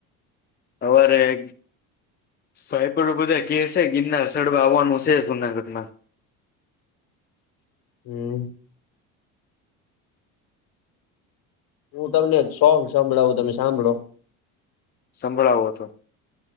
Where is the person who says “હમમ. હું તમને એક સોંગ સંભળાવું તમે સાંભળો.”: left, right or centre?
Left